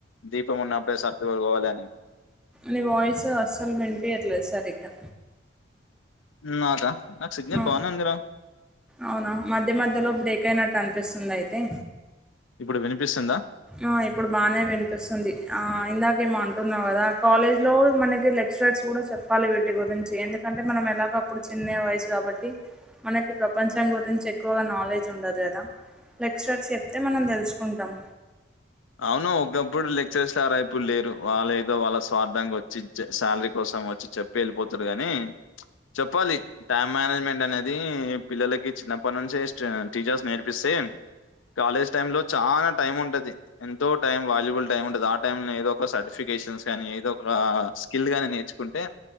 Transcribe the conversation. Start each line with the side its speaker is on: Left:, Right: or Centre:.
Left: దీపం ఉన్నప్పుడే సర్దువలు పోవాలి అని
Centre: ని వాయిస్ అస్సలు వినిపయట్లేదు సరీగా
Left: నాదా నాకు సిగ్నల్
Centre: ఆ,
Left: బానే ఉందిరా
Centre: అవునా మధ్య మధ్యలో బ్రేక్ అయినట్టు అనిపిస్తుంది అయితే
Left: ఇప్పుడు వినిపిస్తుందా
Centre: ఆ ఇప్పుడు బానే వినిపిస్తుంది ఆ ఇందాకేమో అంటున్నావు గదా కాలేజ్ లో మనకి లె క్చరర్స్ కుడా చెప్పాలి వీటి గురించి ఎందుకంటే మనం ఎలాగ అప్పుడు చిన్న వయసు గాబట్టి మనకి ప్రపంచం గురించి ఎక్కువగా నాలెడ్జ్ ఉండదు గదా లెక్చరర్స్ చెప్తే మనం తెలుసుకుంటాం
Left: అవును ఒకప్పుడు లెక్చరర్సారా ఇప్పుడు లేరు వాళ్ళ ఏదో వాళ్ళ స్వార్ధంకి వచ్చి శాలరీ కోసం వచ్చి చెప్ వెళ్ళిపోతుంరూ గాని చెప్పాలి టామ్ మేనేజ్మెంట్ అనేది పిల్లలకి చిన్నప్పటి నుంచే స్ట్రె టీచర్స్ నేర్పిస్తే కాలేజ్ టైమ్ లో చానా టైం ఉంటది ఎంతో టైం వాల్యుబుల్ టైం ఉంటది ఆ టైమ్లనే ఏదో ఒక సర్టిఫికేషన్స్ కానీ ఏదో రా స్కిల్గానీ నేర్చుకుంటే